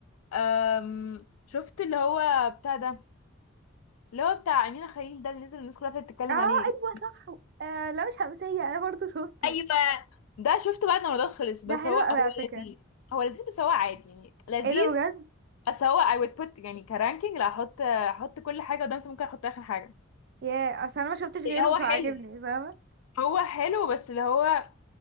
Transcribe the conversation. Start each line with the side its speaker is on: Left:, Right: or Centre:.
Left: أم... شفت اللي هو بتاع ده اللي هو بتاع أمينة خليل ده اللي نزل الناس كلها ابتدت تتكلم
Right: اه ايوه
Left: عليه اس-
Right: صح آه لا مش همسيه انا برضه شفته
Left: ايوه ده شفته بعد ما رمضان خلص
Right: ده
Left: بس
Right: حلو
Left: هو هو
Right: قوي على فكره
Left: لذيذ هو لذيذ بس هو عادي يعني لذيذ
Right: ايه ده بجد
Left: بس هو I would put يعني كرانكينج لا احط احط كل حاجة قدام نفسي ممكن احط اخر حاجة
Right: يا اصل انا ما شفتش غيره
Left: هو
Right: فعجبني
Left: حلو
Right: فاهمه
Left: هو حلو بس اللي هو